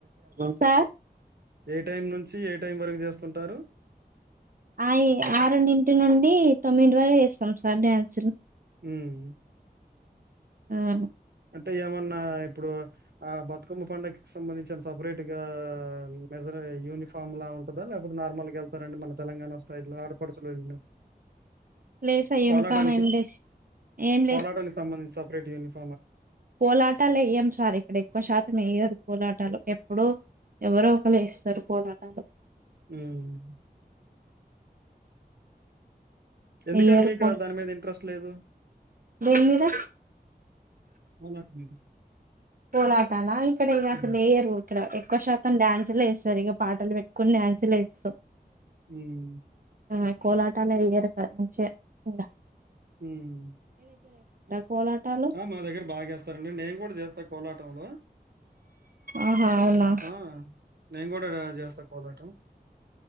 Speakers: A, on the right; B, on the right.
A: సార్
B: ఏ టైమ్ నుంచి ఏ టైం వరకు జేస్తుంటారు
A: అయి ఆరున్ డింటి నుండి తొమ్మిదింట్ వరకు ఏస్తమ్ సార్ డ్యాన్సులు
B: ఉమ్
A: ఔను
B: అంటే ఏమన్నా ఇపుడు ఆ బత్ కమ్మ పండగ్ కి సంబంధించన సప్ రేట్ గా మెజర్ అయ్ యూనిఫామ్ లా ఉంటదా లేపోతే నార్ మాల్ గా ఎల్ తరండి మన తెలంగాణ స్టైల్ ల ఆడపడుచుల్ వెల్ నట్
A: లేదు సార్ యూనిఫామ్
B: కోలాటానికి
A: ఏం లేదు ఏం
B: కోలాటాన్ కి సంబంధించి సప్ రేట్ యూనిఫా
A: పోలాటాల్ ఎయ్యమ్ సార్ ఇక్కడ ఎక్కు శాతం ఎయ్యారు పోలాటాలు ఎప్ ప్పుడో ఎవరో ఒకల్ ఎస్తరు పోలాటాలు
B: ఉమ్ ఎందుకనీ
A: వేయ్యరు
B: మీకా
A: కో
B: దాన్ మీద ఇంట్రాస్ట్ లేదు
A: దేని మీద
B: కోలాట్ మీరు
A: పోలాటాల ఇక్కడ ఎ అస్
B: హ్మ్.
A: లు ఎయరు ఇక్కడ ఎక్కు శాతం డ్యాన్స్ స్ లేస్తరిగ పాటల్ బెట్ కోన్ డ్యాసు లేస్తమ్
B: ఉమ్
A: ఆ కోలాటాల్ యేయరిక నుంచేర్ ఇంగ
B: ఉమ్
A: కోలాటాలు
B: ఆ మా దగ్గర బాగ్ జస్తరండి నేన్ గుడా జేస్తా కోలాటంలో
A: ఆహా అవునా
B: ఆ నేన్ కూడా రా జెస్త కోలాటం